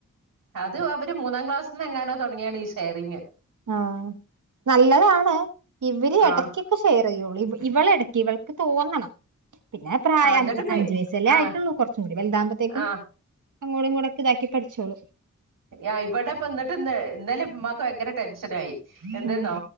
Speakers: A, on the right; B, on the right.
A: അത് അവര് മൂന്നാം ക്ലാസ്സിന്ന് എങ്ങാനോ തുടങ്ങിയാണ് ഈ ഷെയറിംഗ്
B: ആ നല്ലതാണ് ഇവര്
A: ആഹ്
B: എടക്ക്ക്കെ ഷെയർ ചെയ്യുള്ളൂ ഇവളിടക്ക് ഇവൾക്ക് തോന്നണം പിന്നെ പ്രായം
A: ആഹ് എന്നിട്ട്
B: അഞ്ച്
A: ഇപ്പ
B: അഞ്ചു വയസല്ലേ
A: ആഹ്
B: ആയിട്ടുള്ളൂ കുറച്ചും കൂടി വല്താമ്പോത്തേക്കും
A: ആഹ്
B: അങ്ങോടിങ്ങോടും കൂടക്കെ ഇതാക്കി പഠിച്ചോളൂ
A: യാ ഇവിടെപ്പന്നിട്ട് ഇന്നേ ഇന്നലെ ഉമ്മാക്ക് ഭയങ്കര ടെൻഷനായി എന്തീന്നോ
B: ഉം